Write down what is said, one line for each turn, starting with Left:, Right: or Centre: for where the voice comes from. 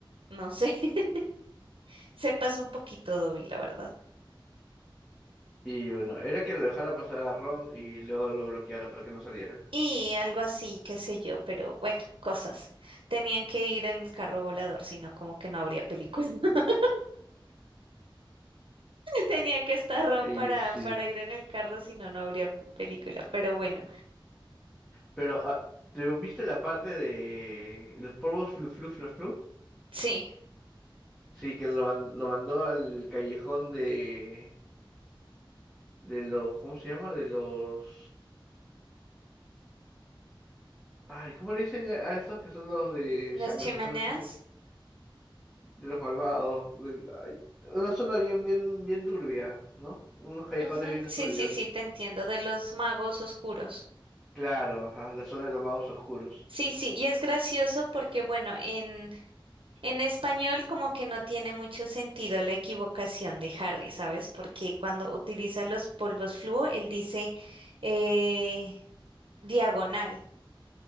Right: no sé, <laughs> se pasó un poquito Dobby, la verdad.
Centre: Y bueno, era que lo dejara pasar a Ron y luego lo bloqueara para que no saliera.
Right: Y algo así, qué sé yo, pero bueno, cosas. Tenían que ir en el carro volador, si no, como que no habría película. <laughs> Tenía que estar Ron
Centre: Y
Right: para,
Centre: sí.
Right: para ir en el carro, si no, no habría película. Pero bueno,
Centre: Pero, ah, ¿te viste la parte de los polvos flu flu flu flu?
Right: sí,
Centre: Sí, que lo, man- lo mandó al callejón de, de los, ¿cómo se llama? De los... Ay, ¿cómo le dicen a a estos que son los de
Right: las
Centre: sangre,
Right: chimeneas.
Centre: sangre sucia, de los malvados? del- ay, una zona bien, bien, bien turbia, ¿no? Unos callejones
Right: ujú,
Centre: bien
Right: Sí,
Centre: turbios.
Right: sí, sí, te entiendo, de los magos oscuros.
Centre: Claro, ajá, la zona de los magos oscuros.
Right: Sí, sí, y es gracioso porque, bueno, en, En español como que no tiene mucho sentido la equivocación de Harry, ¿sabes? Porque cuando utiliza los polvos fluo, él dice eh, diagonal.